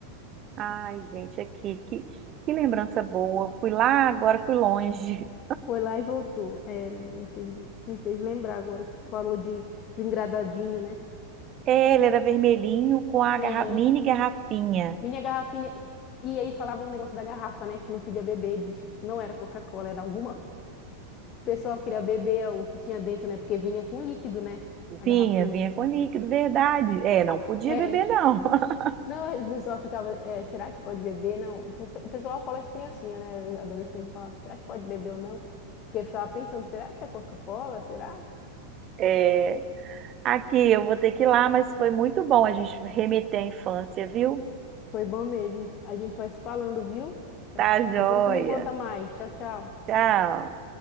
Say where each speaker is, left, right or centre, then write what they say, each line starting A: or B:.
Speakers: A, on the right; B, on the left.
A: Ai, gente, aqui, que, que lembrança boa. Fui lá, agora fui longe.
B: Foi lá e voltou. É, não- me fez, me fez lembrar agora que tu falou de, do engradadinho, né?
A: É, Ele era vermelhinho com a garra-
B: Aham.
A: mini garrafinha.
B: Minha garrafinha. E aí falava um negócio da garrafa, né? Que não podia beber, diz que não era Coca-Cola, era alguma. O pessoal queria beber o que tinha dentro, né? Porque vinha com líquido, né? A
A: Vinha,
B: garrafinha.
A: vinha com líquido, verdade. É, não
B: Ah,
A: podia
B: <laughs> é.
A: beber, não. <laughs>
B: Não, é, o pessoal ficava, é, será que pode beber? Não, o pe- o pessoal fala as criancinhas, né? Adolescente falava, será que pode beber ou não? Porque ficava pensando, será que é Coca-Cola? Será?
A: É, aqui eu vou ter que ir lá, mas foi muito bom a gente remeter à infância, viu?
B: Foi bom mesmo. A gente vai se falando, viu?
A: Tá joia.
B: Depois tu me conta mais. Tchau, tchau.
A: Tchau.